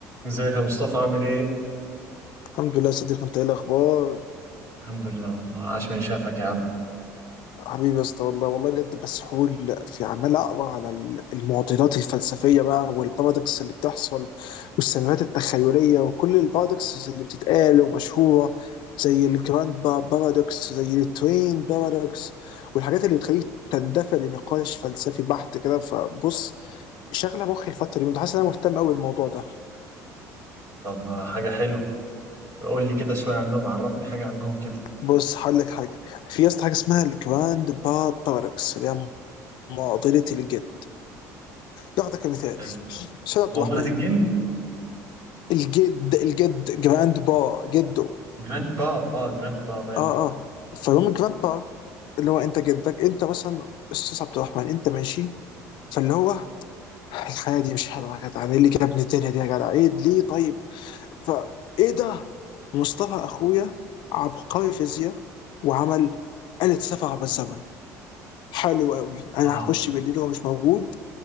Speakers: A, on the right (about 40°); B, on the left (about 65°).
A: ازيك يا مصطفى عامل ايه؟
B: الحمد لله يا صديقي انت ايه الاخبار
A: الحمد لله والله عاش من شافك يا عم
B: حبيبي يا اسطى والله والله بجد مسحول في عمال اقرا على ال- المعضلات الفلسفيه بقى والبارادوكس اللي بتحصل والسيناريوهات التخيليه وكل البارادوكس اللي بتتقال ومشهوره زي الجراند با- بارادوكس زي التوين بارادوكس والحاجات اللي بتخليك تندفع لنقاش فلسفي بحت كده فبص شغله مخي الفتره دي حاسس ان انا مهتم قوي بالموضوع ده
A: طب ما حاجة حلوة قول لي كده شوية عنهم عرفني حاجة عنهم كده
B: بص هقول لك حاجه في يا اسطى حاجه اسمها الجراند با بارادوكس اللي هي معضله الجد ناخذه كمثال
A: حلو.
B: استاذ عبد
A: مقبرة
B: الرحمن
A: الجن؟
B: الجد الجد جراند با جده
A: جراند با اه جراند با ماشي
B: اه اه فالمهم جراند با اللي هو انت جدك انت مثلا استاذ عبد الرحمن انت ماشي فاللي هو الحياه دي مش حلوه يا جدع ايه اللي جابني الدنيا دي يا جدع ايه ليه طيب فايه ده مصطفى اخويا عبقري فيزياء وعمل آلة سفر عبر الزمن حلو قوي انا
A: اه
B: هخش بالليل وهو مش موجود